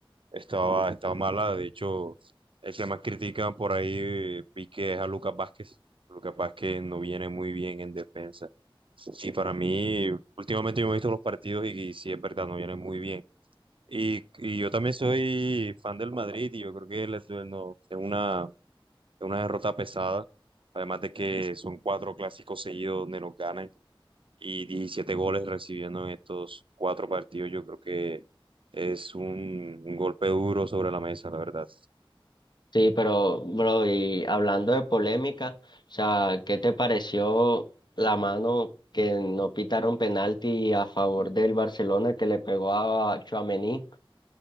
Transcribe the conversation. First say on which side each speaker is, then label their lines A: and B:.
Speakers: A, on the right (about 65°); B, on the left (about 50°).
A: estaba, estaba mala. De hecho, el que más critican por ahí eh, vi que es a Lucas Vázquez. Lucas Vázquez no viene muy bien en defensa. Y para mí, últimamente yo me he visto los partidos y, y sí es verdad, no viene muy bien. Y, y yo también soy fan del Madrid y yo creo que les no, es una, es una derrota pesada, además de que son cuatro clásicos seguidos donde nos ganan y 17 goles recibiendo en estos cuatro partidos, yo creo que es un, un golpe duro sobre la mesa, la verdad.
B: Sí, pero bro, y hablando de polémica, o sea, ¿qué te pareció la mano que no pitaron penalti a favor del Barcelona que le pegó a Tchouaméni?